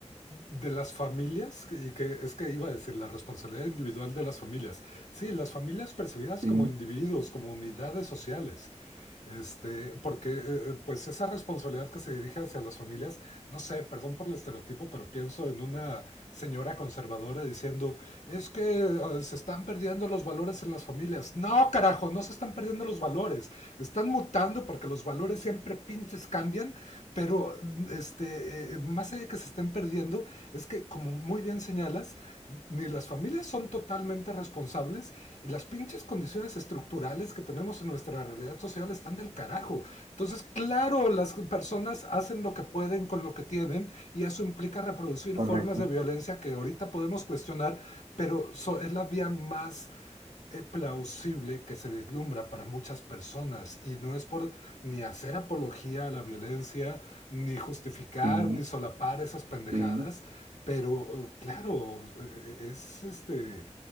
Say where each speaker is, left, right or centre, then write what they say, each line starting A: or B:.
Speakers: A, on the left (about 85°); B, on the right (about 85°).
A: de las familias, que- y que es que iba a decir, la responsabilidad individual de las familias. Sí, las familias percibidas
B: Sí,
A: como individuos, como unidades sociales. Este, porque eh, eh, pues esa responsabilidad que se dirige hacia las familias no sé, perdón por el estereotipo, pero pienso en una señora conservadora diciendo, es que eh, se están perdiendo los valores en las familias. No, carajo, no se están perdiendo los valores. Están mutando porque los valores siempre pinches cambian, pero este, eh, más allá de que se estén perdiendo, es que como muy bien señalas, ni las familias son totalmente responsables y las pinches condiciones estructurales que tenemos en nuestra realidad social están del carajo. Entonces, claro, las personas hacen lo que pueden con lo que tienen y eso implica reproducir
B: correcto.
A: formas de violencia que ahorita podemos cuestionar, pero so es la vía más eh, plausible que se vislumbra para muchas personas y no es por ni hacer apología a la violencia, ni justificar,
B: Sí,
A: ni solapar esas pendejadas,
B: sí.
A: pero eh, claro, eh, es este